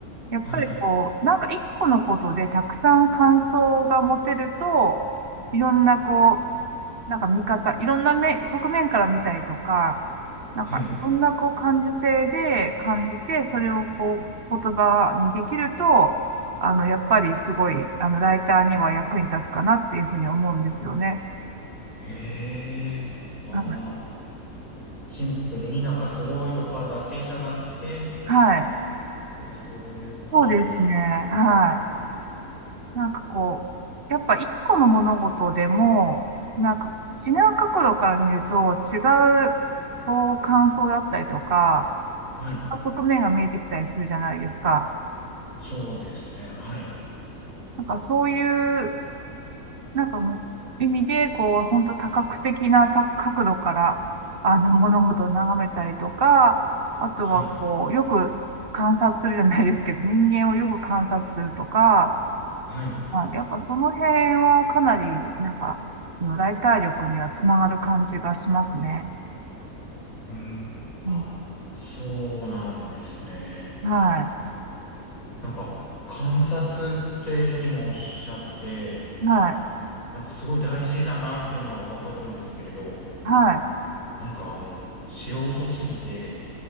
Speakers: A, on the right; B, on the left.
A: やっぱりこう、
B: はい。
A: なんか一個のことでたくさん感想が持てると、いろんなこう、なんか見方、いろんな目、側面から見たりとか、なんかいろんなこう感受性で感じて、
B: はい。
A: それをこう言葉にできると、あの、やっぱりすごい、あの、ライターには役に立つかなっていうふうに思うんですよね。
B: へえ。ああ、
A: はい。
B: シンプルになんかすごいとかだけじゃなくて、
A: はい。
B: とかそういうことなんですね。
A: そうですね。はい。
B: うん。
A: なんかこう、やっぱ一個の物事でも、なんか違う角度から見ると違う、こう、感想だったりとか、
B: はい。
A: 違う側面が見えてきたりするじゃないですか。
B: そうですね。はい。
A: なんかそういう、なんかもう意味で、こう、本当多角的なた角度から、あの、物事を眺めたりとか、あとはこう、
B: はい。
A: よく観察するじゃないですけど、人間をよく観察するとか、
B: はい。
A: はい、やっぱその辺はかなり、なんか、そのライター力にはつながる感じがしますね。
B: うん。あ、
A: うん、
B: そうなんですね。
A: はい、
B: なんか、観察って今おっしゃって、
A: はい、
B: なんかすごい大事だなっていうのはわかるんですけれど、
A: はい、
B: なんかあの、素人すぎて、